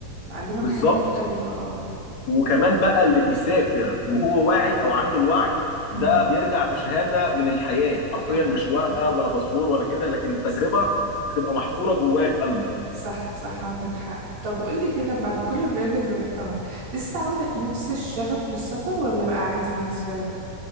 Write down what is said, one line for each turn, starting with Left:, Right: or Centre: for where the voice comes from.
Right: تعلمك
Left: بالظبط
Right: حاجة مختلفة
Left: وكمان بقى اللي بيسافر وهو واعي او عنده الوعي
Right: اه
Left: ده بيرجع بشهاده من الحياه حرفيا
Right: آه،
Left: مش ورقه
Right: آه،
Left: ولا باسبور ولا كده لكن تجربه
Right: صح
Left: بتبقى محفوره جواه في قلبه
Right: صح صح عندك حق طب قولي كده بعد كل البلاد اللي رحتها لسه عندك نفس الشغف للسفر ولا بقى عادي بالنسبة لك؟